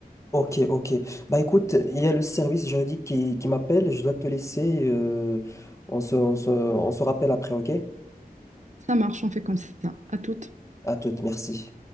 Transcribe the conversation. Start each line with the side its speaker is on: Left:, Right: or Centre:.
Left: Ok, ok. Bah écoute, il y a le service juridique qui, qui m'appelle, je dois te laisser. euh, on se, on se, on se rappelle après, ok?
Right: Ça marche, on fait comme ça. À toutes.
Left: À toute, merci.